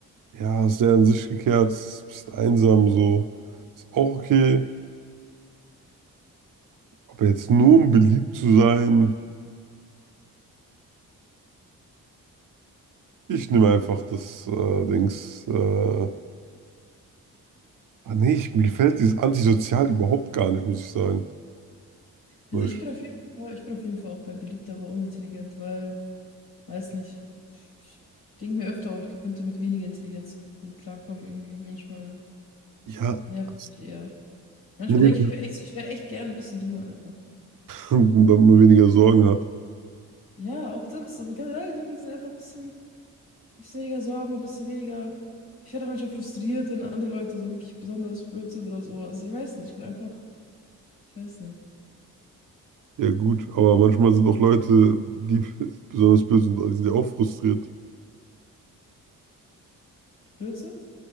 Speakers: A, on the right (about 55°); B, on the left (about 80°).
A: ja, ist der in sich gekehrt, bist einsam, so, ist auch okay. Aber jetzt nur um beliebt zu sein, ich nehme einfach das äh, Dings. Äh, ah nee, ich, mir gefällt dieses Antisozial überhaupt gar nicht, muss ich sagen.
B: Also
A: So, ich,
B: ich bin auf jeden Fall, ich bin auf jeden Fall auch bei beliebt, aber unintelligent, weil Weiß nicht. Ich denke mir öfter auch, ich könnte mit weniger Intelligenz gut klarkommen irgendwie. Manchmal
A: ja,
B: nervt
A: das-
B: mich eher. Manchmal
A: nee,
B: denke
A: <laughs>
B: ich, mir echt, ich wäre echt gerne ein bisschen dümmer einfach.
A: damit man weniger Sorgen hat.
B: Ja, auch das, aber generell irgendwie sind einfach ein bisschen, ein bisschen weniger Sorgen, ein bisschen weniger. Ich werde auch manchmal frustriert, wenn andere Leute so wirklich besonders blöd sind oder sowas. Ich weiß nicht, ich will einfach, ich weiß nicht,
A: Ja gut, aber manchmal sind auch Leute, die <laughs> besonders böse sind, die sind ja auch frustriert.
B: blöd sind?